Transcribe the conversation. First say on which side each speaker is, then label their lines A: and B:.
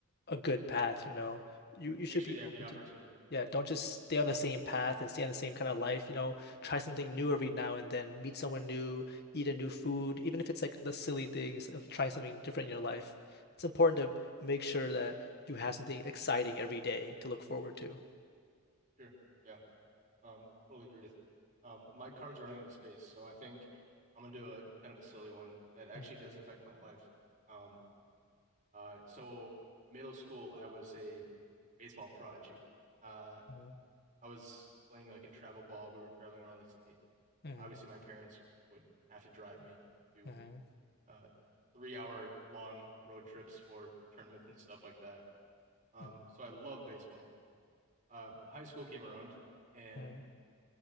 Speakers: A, on the left; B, on the right.
A: a good path, you know. You you should
B: Make sure
A: be
B: you
A: open
B: have the opportunity.
A: to things. Yeah, don't just stay on the same path and stay on the same kind of life, you know. Try something new every now and then, meet someone new, eat a new food, even if it's like the silly things of trying something different in your life. It's important to make sure that you have something exciting every day to look forward to.
B: Sure. Yeah. Um, totally agree with that. Um, my card's running out of space, so I think I'm gonna do a kind of a silly one that actually
A: Mhm,
B: does affect my life. Um, uh, so middle school, I was a baseball prodigy. Uh,
A: mhm,
B: I was playing like in travel ball. We were traveling around the state.
A: mhm,
B: obviously my parents would have to drive me to
A: mhm,
B: uh, three hour long road trips for tournaments and stuff like that. Um,
A: mhm,
B: so I love baseball. Uh, high school came around, and
A: mhm.